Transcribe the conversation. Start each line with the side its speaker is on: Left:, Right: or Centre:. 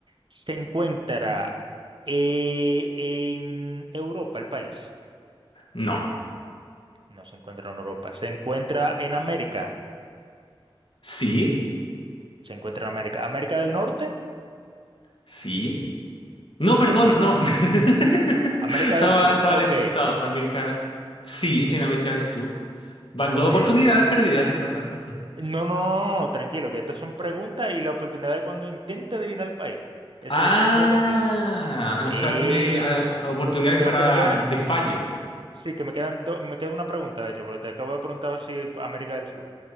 Right: ¿Se encuentra eh, en Europa el país?
Left: No.
Right: No se encuentra en Europa. ¿Se encuentra en América?
Left: Sí.
Right: Se encuentra en América. ¿América del Norte?
Left: Sí. No, perdón,
Right: Ok.
Left: no. <laughs>
Right: ¿América
Left: Estaba,
Right: del Sur?
Left: estaba
Right: Ok,
Left: despistado. América, sí, en América del Sur. Van
Right: ok,
Left: dos oportunidades
Right: ok.
Left: perdidas, recuérdalo.
Right: No, no, no, no, tranquilo, que estas son preguntas y la oportunidad de cuando intente adivinar el país. Esa
Left: Ah,
Right: esa- esa es la cuestión. Eso.
Left: o sea, tiene ah, oportunidades
Right: Creo
Left: para
Right: que me quedan,
Left: de fallo.
Right: sí, que me quedan do- me queda una pregunta, de hecho, porque te acabo de preguntar si América del Sur.